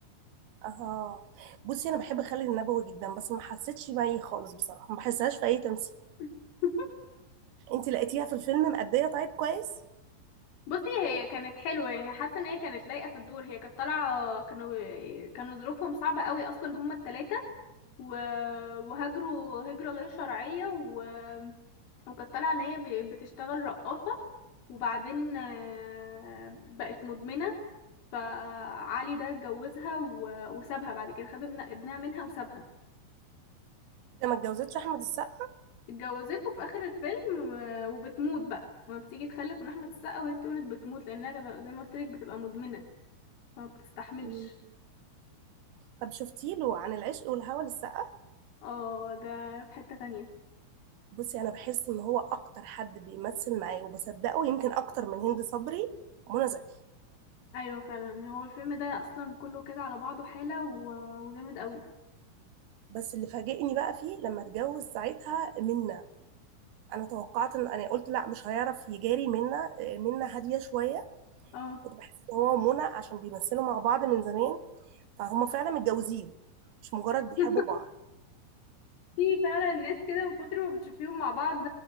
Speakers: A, on the right; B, on the left.
A: اه بصي انا بحب خالد النبوي جدا بس ما حسيتش بيه خالص بصراحه ما بحسهاش في اي تمثيل
B: <laughs>
A: انت لقيتيها في الفيلم مأديه طيب كويس
B: بصي هي كانت حلوة يعني حاسة ان هي كانت لايقة في الدور هي كانت طالعة كانوا كانوا ظروفهم صعبة قوي اصلا هما التلاتة و- وهاجروا هجرة غير شرعية و... وكانت طالعة ان هي ب- بتشتغل رقاصة وبعدين آه، بقت مدمنة فعلي ده اتجوزها و- وسابها بعد كده خد ابن- ابنها منها وسابها
A: ده ما اتجوزتش احمد السقا
B: اتجوزته في اخر الفيلم آه، وبتموت بقى لما بتيجي تخلف من احمد السقا وهي بتولد بتموت لانها كما- زي ما قلت لك بتبقى مدمنة فما بتستحملش
A: مم. طب شفتي له عن العشق والهوى للسقا
B: اه ده في حتة تانية
A: بصي انا بحس ان هو اكتر حد بيمثل معايا وبصدقه يمكن اكتر من هند صبري منى زكي
B: ايوه فعلا هو الفيلم ده اصلا كله كده على بعضه حالة و- وجامد قوي
A: بس اللي فاجئني بقى فيه لما اتجوز ساعتها منى انا توقعت ان انا قلت لا مش هيعرف يجاري منى آه، منى هاديه شويه
B: اه
A: كنت بحس ان هو ومنى عشان بيمثلوا مع بعض من زمان فهم فعلا متجوزين مش مجرد بيحبوا
B: <laughs>
A: بعض
B: في فعلا ناس كده من كتر ما بتشوفيهم مع بعض